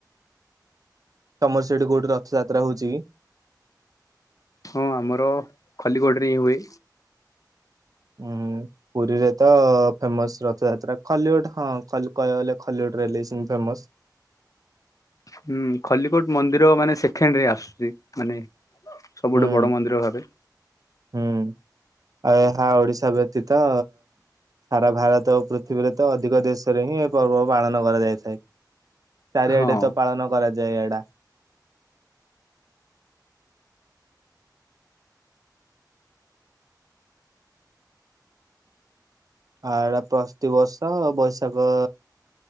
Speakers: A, on the right (about 55°); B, on the left (about 50°).
A: ତମର ସେଇଠି କୋଉଠି ରଥଯାତ୍ରା ହଉଚି କି?
B: ହଁ ଆମର ଖଲିିକୋଟରେ ହିଁ ହୁଏ।
A: ଉଁ। ପୁରୀରେ ତ ଫେମସ୍ ରଥଯାତ୍ରା, ଖୋଲିକୋଟ୍ ହଁ ଖ କହିବାକୁ ଗଲେ ଖୋଲିକୋଟରେ ହେଲେ ବି ସେମିତି ଫେମସ୍।
B: ହୁଁ ଖଲିକୋଟ୍ ମନ୍ଦିର ମାନେ ସେଖେଣ୍ଡ ରେ ଆସୁଛି ମାନେ ସବୁଠୁ
A: ହୁଁ
B: ବଡ ମନ୍ଦିର ଭାବେ।
A: ହୁଁ ଆଉ ଏହା ଓଡିଶା ବ୍ୟତୀତ ସାରା ଭାରତ ଓ ପୃଥିବୀରେ ତ ଅଧିକ ଦେଶରେ ହିଁ ଏ ପର୍ବ ପାଳନ କରାଯାଇଥାଏ। ଚାରିଆଡେ
B: ହଁ
A: ତ ପାଳନ କରାଯାଏ ଏଇଡା। ଆ ଏଇଡ଼ା ପ୍ରତିିବର୍ଷ ବୈଶାଖ